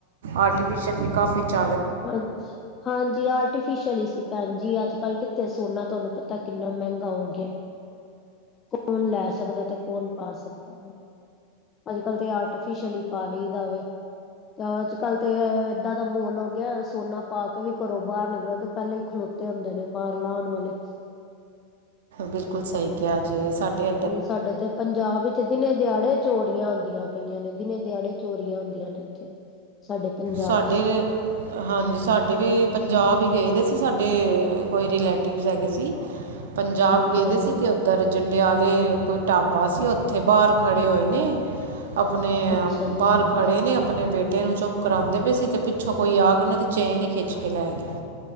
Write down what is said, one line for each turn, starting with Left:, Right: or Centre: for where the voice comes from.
Right: ਆਰਟੀਫਿਸ਼ਲ ਵੀ ਕਾਫੀ ਚ
Left: ਹਾਂਜੀ ਹਾਂਜੀ ਆਰਟੀਫਿਸ਼ਅਲ ਹੀ ਸੀ ਭੈਣ ਜੀ ਅੱਜ ਕੱਲ ਕਿੱਥੇ ਸੋਨਾ ਤੁਹਾਨੂੰ ਪਤਾ ਕਿੰਨਾ ਮਹਿੰਗਾ ਹੋ ਗਿਆ ਕੌਣ ਲੈ ਸਕਦਾ ਤੇ ਕੌਣ ਪਾ ਸਕਦਾ ਅੱਜ ਕਲ ਤੇ ਆਰਟੀਫਿਸ਼ਲੀ ਪਾ ਲਈ ਦਾਵੇ ਤੇ ਅੱਜ ਕੱਲ ਤੇ ਏਦਾਂ ਦਾ ਮੁਲ ਸੋਨਾ ਪਾ ਕੇ ਵੀ ਘਰੋਂ ਬਾਹਰ ਨਿਕਲੋ ਤੇ ਪਹਿਲੇ ਹੀ ਖਲੋਤੇ ਹੁੰਦੇ ਨੇ ਬਾਹਰ ਲਾਉਣ ਵਾਲੇ
Right: ਬਿਲਕੁਲ ਸਹੀ ਕਿਹਾ ਜੀ, ਸਾਡੇ
Left: ਹ ਸਾਡੇ ਤੇ ਪੰਜਾਬ ਵਿੱਚ ਦਿਨੇ-ਦਿਹਾੜੇ ਚੋਰੀਆਂ ਹੁੰਦੀਆਂ ਪਈਆਂ ਨੇ ਦਿਨੇ-ਦਿਹਾੜੇ ਚੋਰੀਆਂ ਹੁੰਦੀਆਂ ਨੇ ਇੱਥੇ। ਸਾਡੇ ਪੰਜਾਬ
Right: ਸਾਡੇ
Left: ਵਿੱਚ ਤੇ
Right: ਹਾਂਜੀ, ਸਾਡੇ ਵੀ ਪੰਜਾਬ ਹੀ ਗਏ ਦੇ ਸੀ, ਸਾਡੇ ਕੋਈ ਰਿਲੇਟਿਵਸ ਹੈਗੇ ਸੀ ਪੰਜਾਬ
Left: ਹਾਂਜੀ
Right: ਗਏਦੇ
Left: ਹਾਂਜੀ
Right: ਸੀ ਤੇ ਉਧਰ ਜੰਡਿਆਂ ਵਾਲੇ ਕੋਈ ਢਾਬਾ ਸੀ, ਉੱਥੇ ਬਾਹਰ ਖੜੇ ਹੋਏ ਨੇ ਆਪਣੇ
Left: ਅੱਛਾ ਜੀ।
Right: ਬਾਹਰ ਖੜ੍ਹੇ ਨੇ, ਆਪਣੇ ਬੇਟੇ ਨੂੰ ਚੁੱਪ ਕਰਾਉਂਦੇ ਪਏ ਸੀ ਤੇ ਪਿੱਛੋਂ ਕੋਈ ਆ ਕੇ ਉਹਨਾਂ ਦੀ ਚੇਨ ਹੀਂ ਖਿੱਚ ਕੇ ਲੈ ਗਿਆ।